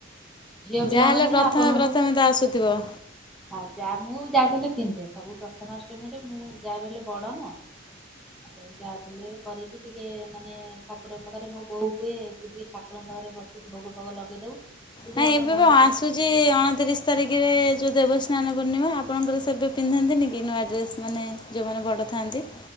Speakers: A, in the centre; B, on the left.
A: ଝିଅ ପିଲାମାନେ
B: ଯାହାହେଲେ ପ୍ରଥମେ
A: ଆପଣଙ୍କୁ
B: ପ୍ରଥମେ ତ ଆସୁଥିବ।
A: ଆଉ ଯା ମୁଁ ଯାହା ବି ହେଲେ ପିନ୍ଧେ ସବୁ ପ୍ରଥମାଷ୍ଟମୀରେ ମୁଁ ଯାହା ବି ହେଲେ ବଡ଼ ନାଁ। <unintelligible> ଯାହାବିହେଲେ କରିକି ଟିକେ ମାନେ ଠାକୁରଙ୍କ ପାଖରେ ମୋ ବୋଉ କୁହେ ତୁ ଟିକେ ଠାକୁରଙ୍କ ପାଖରେ ବସିକି ଭୋଗ ଭୋଗ ଲଗେଇଦବୁ। ଏଇ
B: ନାଇଁ
A: ଯୋଉ ଆମ
B: ଏବେ
A: ଗାଁରେ
B: ବି ଆସୁଛି ଆଁ ଅଣତିରିଶ ତାରିଖରେ ଯଉ ଦେବସ୍ନାନ ପୂର୍ଣ୍ଣିମା ଆପଣଙ୍କର ସେବେ ପିନ୍ଧାନ୍ତିନି କି ନୂଆ ଡ୍ରେସ୍ ମାନେ ଯଉମାନେ ବଡ ଥାଆନ୍ତି।